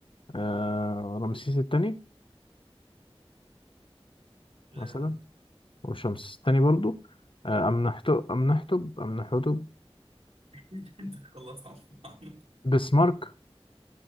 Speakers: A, on the left; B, on the right.
A: آه
B: اه
A: رمسيس التاني
B: لا
A: مثلا
B: لا لا
A: وشمس التاني برضو آه أمنحتب أمنحتب أمنحتب
B: <laughs> انت خلصت عنه <laughs>
A: بسمارك